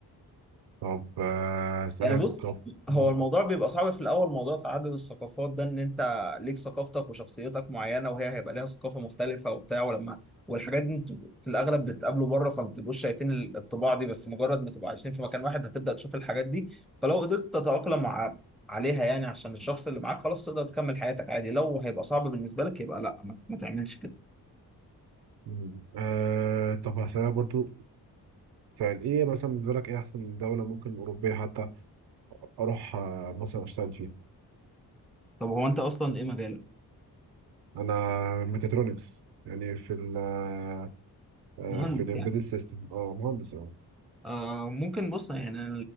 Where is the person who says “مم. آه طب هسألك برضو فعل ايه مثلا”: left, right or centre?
Right